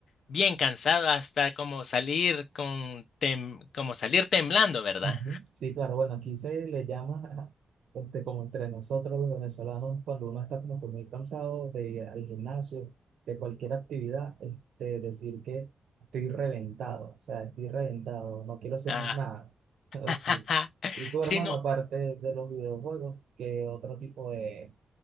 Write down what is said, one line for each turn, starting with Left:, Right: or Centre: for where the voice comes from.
Left: bien cansado hasta como salir con tem- como salir temblando, ¿verdad?
Right: Ujú. Sí, claro, bueno, aquí se le llama, <laughs> este, como entre nosotros los venezolanos, cuando uno está como que muy cansado de ir al gimnasio, de cualquier actividad, este, decir que estoy reventado, o sea, estoy reventado, no quiero hacer
Left: Ah,
Right: más nada. <laughs> Pero
Left: ajá.
Right: sí. Y tu hermano,
Left: Sí, no.
Right: aparte de los videojuegos, ¿qué otro tipo de